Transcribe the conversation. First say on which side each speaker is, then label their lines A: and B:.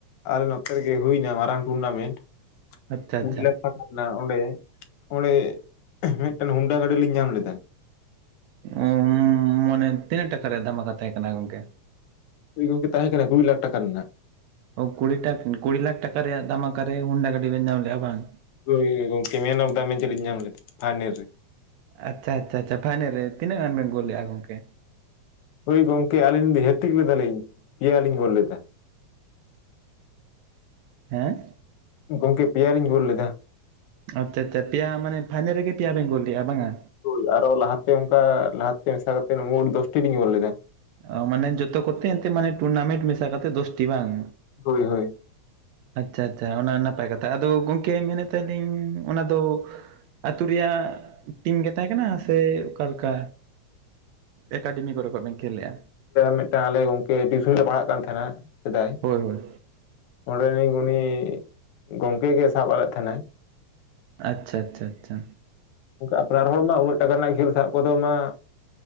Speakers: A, on the left; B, on the right.
A: ᱟᱞᱮ ᱱᱚᱛᱮ ᱨᱮᱜᱮ ᱦᱳᱭᱱᱟ ᱢᱟᱨᱟᱝ ᱴᱩᱨᱱᱟᱢᱮᱱᱴ
B: ᱟᱪᱪᱷᱟ
A: <unintelligible>
B: ᱟᱪᱪᱷᱟ
A: ᱚᱱᱟ ᱚᱸᱰᱮ ᱚᱸᱰᱮ ᱢᱤᱫᱴᱟᱝ ᱦᱳᱱᱰᱟ ᱜᱟᱹᱰᱤ ᱞᱤᱧ ᱧᱟᱢ ᱞᱮᱫᱟ
B: ᱚ ᱢᱟᱱᱮ ᱛᱤᱱᱟᱹᱜ ᱴᱟᱠᱟ ᱨᱮᱭᱟᱜ ᱫᱷᱟᱢᱟᱠᱟ ᱛᱟᱦᱮᱸᱜ ᱠᱟᱱᱟ ᱜᱚᱝᱠᱮ
A: ᱦᱳᱭ ᱜᱚᱝᱠᱮ ᱛᱟᱦᱮᱸ ᱠᱟᱱᱟ ᱠᱩᱲᱤ ᱞᱟᱠᱷ ᱴᱟᱠᱟ ᱨᱮᱱᱟᱜ
B: ᱚ ᱠᱩᱲᱤ ᱴᱟ ᱠᱩᱲᱤ ᱞᱟᱠᱷ ᱴᱟᱠᱟ ᱨᱮᱭᱟᱜ ᱫᱷᱟᱢᱟᱠᱟ ᱨᱮ ᱦᱳᱱᱰᱟ ᱜᱟᱹᱰᱤ ᱵᱮᱱ ᱧᱟᱢ ᱞᱮᱭᱟ ᱵᱟᱝ
A: ᱦᱳᱭ ᱦᱳᱭ ᱜᱚᱝᱠᱮ ᱢᱮᱱ ᱚᱯ ᱫᱟ ᱢᱮᱪ ᱞᱤᱧ ᱧᱟᱢ ᱞᱮᱫᱟ ᱯᱷᱟᱭᱱᱮᱞ ᱨᱮ
B: ᱟᱪᱪᱷᱟ ᱟᱪᱪᱷᱟ ᱟᱪᱷᱟ ᱯᱷᱟᱭᱱᱮᱞ ᱨᱮ ᱛᱤᱱᱟᱹ ᱜᱟᱱ ᱵᱮᱱ ᱜᱳᱞ ᱞᱮᱜ-ᱟ ᱜᱚᱝᱠᱮ
A: ᱦᱳᱭ ᱜᱚᱝᱠᱮ ᱟᱹᱞᱤᱧ ᱫᱚ ᱦᱮᱴ ᱴᱨᱤᱠ ᱞᱮᱫᱟ ᱞᱤᱧ ᱯᱮᱭᱟ ᱞᱤᱧ ᱜᱳᱞ ᱞᱮᱫᱟ
B: ᱦᱮᱸ
A: ᱜᱚᱝᱠᱮ ᱯᱮᱭᱟ ᱞᱤᱧ ᱜᱳᱞ ᱞᱮᱫᱟ
B: ᱟᱪᱪᱷᱟ ᱟᱪᱷᱟ ᱯᱮᱭᱟ ᱢᱟᱱᱮ ᱯᱷᱟᱭᱱᱮᱞ ᱨᱮᱜᱮ ᱯᱮᱭᱟ ᱵᱮᱱ ᱜᱳᱞ ᱞᱮᱫᱜ-ᱟ ᱵᱟᱝᱟ
A: ᱦᱳᱭ ᱟᱨᱚ ᱞᱟᱦᱟᱛᱮ ᱚᱱᱠᱟ ᱞᱟᱦᱟᱛᱮ ᱢᱮᱥᱟ ᱠᱟᱛᱮᱫ ᱢᱳᱴ ᱫᱚᱥᱴᱤ ᱞᱤᱧ ᱜᱳᱞ ᱞᱮᱫᱟ
B: ᱚ ᱢᱟᱱᱮ ᱡᱚᱛᱚ ᱠᱚᱛᱮ ᱮᱱᱛᱮᱜ ᱢᱟᱱᱮ ᱴᱩᱨᱱᱟᱢᱮᱱᱴ ᱢᱮᱥᱟ ᱠᱟᱛᱮᱫ ᱫᱚᱥᱴᱤ ᱵᱟᱝ
A: ᱦᱳᱭ ᱦᱳᱭ
B: ᱟᱪᱪᱷᱟ ᱟᱪᱪᱷᱟ ᱚᱱᱟ ᱱᱟᱯᱟᱭ ᱠᱟᱛᱷᱟ ᱟᱫᱚ ᱜᱚᱝᱠᱮ ᱢᱮᱱᱮᱫ ᱛᱟᱦᱮ ᱟᱞᱤᱧ ᱚᱱᱟ ᱫᱚ ᱟᱹᱛᱩ ᱨᱮᱭᱟᱜ ᱴᱤᱢ ᱜᱮ ᱛᱟᱦᱮᱸ ᱠᱟᱱᱟ ᱥᱮ ᱚᱠᱟᱞᱮᱠᱟ ᱮᱠᱟᱰᱮᱢᱤ ᱠᱚᱨᱮ ᱠᱷᱚᱡ ᱵᱮᱱ ᱠᱷᱮᱞ ᱞᱮᱜ-ᱟ
A: ᱢᱤᱫᱴᱟᱝ ᱟᱞᱮ ᱜᱚᱝᱠᱮ ᱴᱤᱭᱩᱥᱚᱱ ᱞᱮ ᱯᱟᱲᱦᱟᱜ ᱠᱟᱱ ᱛᱟᱦᱮᱱᱟ ᱥᱮᱫᱟᱭ
B: ᱦᱳᱭ ᱦᱳᱭ
A: ᱚᱸᱰᱮᱱᱤᱡ ᱩᱱᱤ ᱜᱚᱝᱠᱮ ᱜᱮ ᱥᱟᱵ ᱟᱞᱮᱫ ᱛᱟᱦᱮᱱᱟᱭ
B: ᱟᱪᱪᱷᱟ ᱟᱪᱪᱷᱟ ᱟᱪᱪᱷᱟ
A: ᱟᱯᱱᱟᱨ ᱦᱚᱲ ᱢᱟ ᱩᱱᱟᱹᱜ ᱴᱟᱠᱟ ᱨᱮᱱᱟᱜ ᱠᱷᱮᱞ ᱥᱟᱵ ᱠᱚᱫᱚ ᱢᱟ